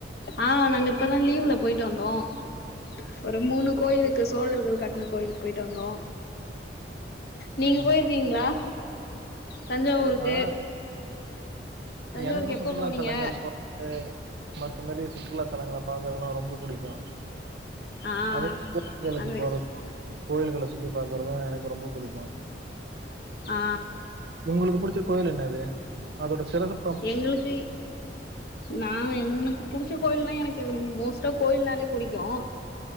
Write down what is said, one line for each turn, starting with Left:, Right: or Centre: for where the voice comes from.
Left: ஆ நாங்க இப்பதான் லீவ்ல போய்ட்டு வந்தோம் ஒரு மூணு கோயிலுக்கு சோழர்கள் கட்ன கோயிலுக்கு போய்ட்டு வந்தோம் நீங்க போய்ருக்கீங்களா
Right: ஆ
Left: தஞ்சாவூருக்கு
Right: ஆ
Left: தஞ்சாவூருக்கு
Right: எனக்கும்
Left: எப்ப
Right: சுற்றுலா
Left: போனீங்க
Right: தலங்கள் போ க மத்தமேரி சுற்றுலாத்தலங்களை பாக்கறனாம் ரொம்ப புடிக்கும்
Left: ஆ
Right: அது கோவில்களுக்கு
Left: நாங்க
Right: போறது கோயில்களை சுத்தி பார்க்குறதும் எனக்கு ரொம்ப புடிக்கும்
Left: ஆ
Right: உங்களுக்கு புடிச்ச கோவில் என்னது அதோட சிரப்
Left: எங்களுக்கு நா எனக்கு புடிச்ச கோயில்லாம் எனக்கு மோஸ்ட்டா கோயில்னாலே புடிக்கும்